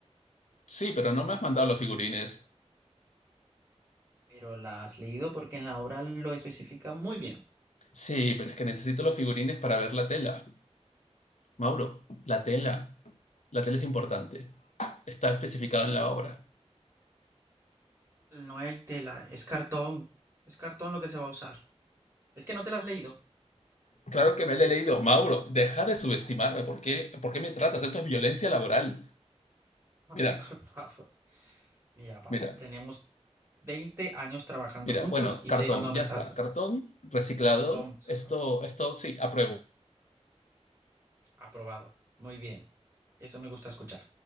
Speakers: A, on the left; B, on the right.
A: Sí, pero no me has mandado los figurines.
B: Pero la has leído porque en la obra lo especifica muy bien.
A: Sí, pero es que necesito los figurines para ver la tela. Mauro, la tela. La tela es importante. Está especificado en la obra.
B: No hay tela, es cartón. Es cartón lo que se va a usar. Es que no te la has leído.
A: Claro que me lo he leído. Mauro, deja de subestimarme. ¿Por qué, ¿Por qué me tratas? Esto es violencia laboral.
B: <laughs>
A: Mira,
B: Ay, por favor. Mira, Pau,
A: mira,
B: tenemos 20 años trabajando
A: mira.
B: juntos
A: Bueno,
B: y
A: cartón,
B: sé cuándo me
A: ya
B: estás...
A: está. Cartón reciclado.
B: Cartón, por
A: Esto,
B: favor.
A: esto sí, apruebo.
B: Aprobado. Muy bien. Eso me gusta escuchar.